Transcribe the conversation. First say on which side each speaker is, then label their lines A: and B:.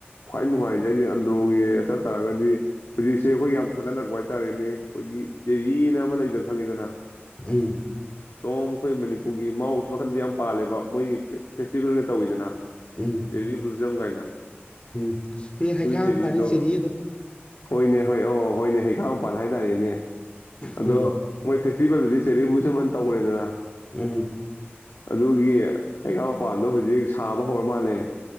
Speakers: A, on the left (about 70°); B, on the left (about 25°).
A: ꯈ꯭ꯋꯥꯏ ꯅꯨꯡꯉꯥꯏꯖꯩꯖꯦ ꯗ꯭ꯔꯣꯒꯤ ꯆꯠ ꯇꯥꯔꯒꯗꯤ ꯍꯨꯖꯤꯛꯁꯦ ꯑꯈꯣꯏ ꯌꯥꯝ ꯊꯥꯒꯠꯅꯔꯛꯄ ꯍꯥꯏꯇꯥꯥꯔꯦꯅꯦ ꯑꯈꯣꯏꯒꯤ ꯇꯦꯔꯤꯅ ꯑꯃ ꯂꯩꯗꯨ ꯈꯪꯉꯤꯗꯅ
B: ꯎꯝ
A: ꯁꯣꯝ ꯑꯩꯈꯣꯏ ꯃꯅꯤꯄꯨꯔꯒꯤ ꯃꯥꯎ ꯑꯁꯣꯝꯅꯥꯀꯟꯗꯗꯤ ꯌꯥꯝ ꯄꯥꯜꯂꯦꯕ ꯃꯣꯏꯒꯤ ꯐꯦ ꯐꯦꯁꯇꯤꯚꯦꯜꯒ ꯇꯧꯋꯤꯗꯅ
B: ꯎꯝ
A: ꯇꯦꯔꯤ ꯕꯨꯖꯝ ꯒꯥꯏꯅ
B: ꯎꯝ ꯑꯦ ꯍꯩꯈꯥ
A: ꯆꯦꯔꯤꯗꯣ
B: ꯃꯄꯥꯟꯅꯤ ꯆꯦꯔꯤ ꯑꯗꯣ
A: ꯍꯣꯏꯅꯦ ꯍꯣꯏ ꯑꯣ ꯍꯣꯏꯅꯦ ꯍꯩꯈꯥ ꯃꯄꯥꯟ ꯍꯥꯏꯇꯥꯔꯦꯅꯦ ꯑꯗꯣ
B: ꯎꯝ
A: ꯃꯣꯏ ꯐꯦꯁ ꯇꯤꯚꯦꯜ ꯗꯤ ꯆꯦꯔꯤ ꯕꯨꯖꯥꯝ ꯑꯟ ꯇꯧꯒꯔ꯭ꯦ ꯗꯅ
B: ꯎꯝ
A: ꯑꯗꯨꯒꯤ ꯍꯩꯈꯥ ꯃꯄꯥꯟꯗꯣ ꯍꯧꯖꯤꯛ ꯁꯥꯕ ꯍꯧꯔ ꯃꯥꯜꯂꯦ <inaudible>